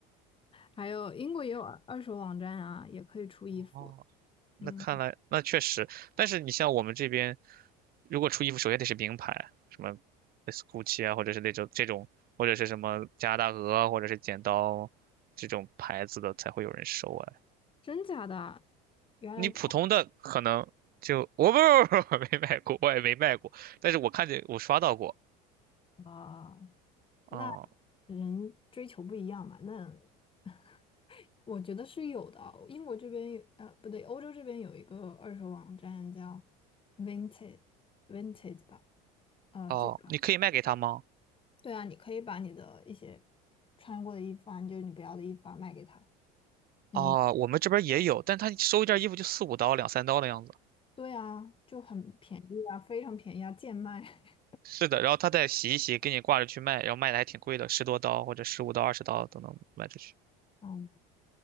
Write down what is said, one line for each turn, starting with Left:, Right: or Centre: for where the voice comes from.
Left: 还有英国也有二二手网站啊，也可以出衣服。
Right: 哦，那看来那确实，
Left: 嗯，
Right: 但是你像我们这边，如果出衣服，首先得是名牌，什么类似 GUCCI 啊，或者是那种这种，或者是什么加拿大鹅啊，或者是剪刀这种牌子的才会有人收啊。
Left: 真假的啊？原来。
Right: 你普通的可能就我不不不 <laughs> 没买过，我也没卖过，但是我看见我刷到过。
Left: 啊，
Right: 哦
Left: 那人追求不一样嘛，那 <laughs> 我觉得是有的啊英国这边有呃，不对，欧洲这边有一个二手网站叫 v i n t a g e v i n t a g e 吧，呃，
Right: 哦，
Left: 这个
Right: 你可以卖给他吗？
Left: 对啊，你可以把你的一些穿过的衣服啊，就是你不要的衣服啊，卖给他。嗯，
Right: 哦，我们这边也有，但他收一件衣服就四五刀、两三刀的样子。
Left: 对啊，就很便宜啊，非常便宜啊，贱卖。
Right: 是的，然后他再洗一洗，给你挂着去卖，然后卖的还挺贵的，十多刀或者十五刀、二十刀都能卖出去。
Left: <laughs> 嗯，